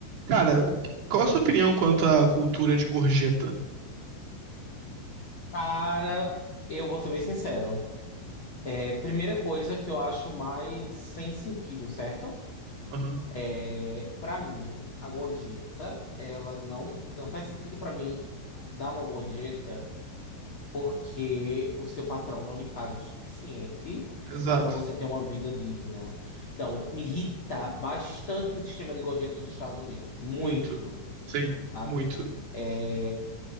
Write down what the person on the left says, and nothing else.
Cara, eu vou ser bem sincero. É, primeira coisa que eu acho mais sem sentido, certo?
É, para mim, a gorjeta, ela não, não faz sentido pra mim dar uma gorjeta porque o seu patrão não lhe paga o suficiente
pra você ter uma vida digna. Então, me irrita bastante o sistema de gorjetas dos Estados Unidos, muito,
sabe?
É,